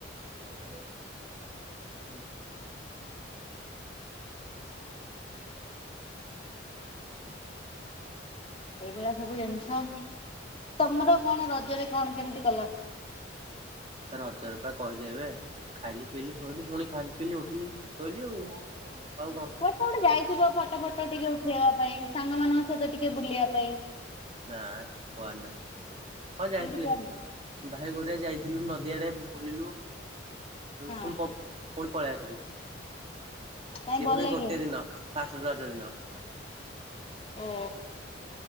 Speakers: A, on the right; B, on the left.
A: ହଁ ହଁ।
B: ଏଇଭଳିଆ ସବୁ ଜିନିଷ ତମର କଣ ରଜରେ କଣ କେମିତି କଲ?
A: ରଜରେ ପା କହିଲି ଏବେ। ଖାଇଲି ପିଇଲି ଶୋଇଲିି ପୁଣି ଖାଇଲି ପିଇଲି ଉଠିଲି ଶୋଇଲି ଆଉ ଆଉ କଣ
B: କୋଟେ ଗୋଟେ ଯାଇଥିବ ଫଟୋ ଫଟ ଟିକେ ଉଠେଇବା ପାଇଁ ସାଙ୍ଗ ମାନଙ୍କ ସହିତ ଟିକେ ବୁଲିବା ପାଇଁ ।
A: ନା କୁଆଡେ ନାାଇଁ ହ ଯାଇଥିଲି
B: ଏମିତି କୁଆଡ଼େ ନାହିଁ
A: ଭାଇ ଗୋରିଆ ଯାଇଥିଲି ।ୁ ନଦୀଆଡେ ବୁଲିଲୁ
B: ହଁ
A: ପୁଣି ପୁଣି ପଳେଇ ଆସିଲୁ ।
B: କାଇଁ
A: ସେ
B: ଭଲ
A: ପୁଣି
B: ଲାଗିଲାନି
A: ଗୋଟେ ଦିନ ଫାଷ୍ଟ ରଜ ଦିନ ।
B: ଓ